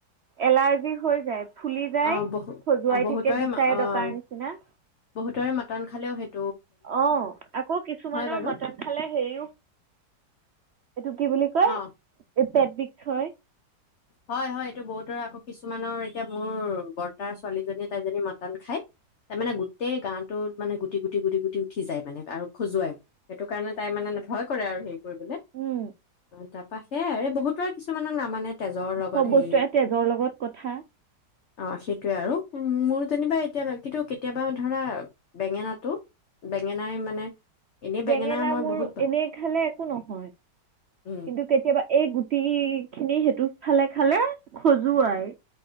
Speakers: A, on the right; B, on the left.
A: এলাৰ্জি হৈ যায় ফুলি যায়
B: অ' বহু
A: খজুৱাই
B: অ', বহুতৰে
A: থাকে বিচাৰে
B: অ'
A: দকাৰ নিচিনা।
B: বহুতৰে মাতন খালেও সেই
A: অ আকৌ কিছুমানৰ
B: বাৰু
A: মটন খালে হেৰিও এইটো কি বুলি কয়
B: অ'
A: পেট বিষ হয়
B: হয় হয় এইটো বহুতৰ আকৌ কিছুমানৰ এতিয়া মোৰ বৰ্তাৰ ছোৱালীজনীয়ে তাইজনী মটন খায় তাৰ মানে গোটেই গাত। মানে গুটি গুটি গুটি গুটি উঠি যায় মানে আৰু খজুৱাই মানে সেইটো কাৰণে তাই মানে ভয় কৰে আৰু সে কৰিব অ
A: উম,
B: তাত। পাশে বহুতো আৰু কিছুমানক নামানে তেজৰ লগত
A: চব বস্তু
B: হেৰি
A: এ তেজৰ লগত কথা
B: অ সেইটোৱে আৰু মোৰ যেনিবা এতিয়া কিন্তু কেতিয়াবা ধৰা বেঙেনাটো বেঙেনাই মানে এনেই
A: বেঙেনা
B: মই
A: মোৰ
B: বহুত ভা-
A: এনেই খালে একো নহয় কিন্তু
B: উম
A: কেতিয়াবা। এই গুটি খিনি সেইটো খালে খালে খজুৱাই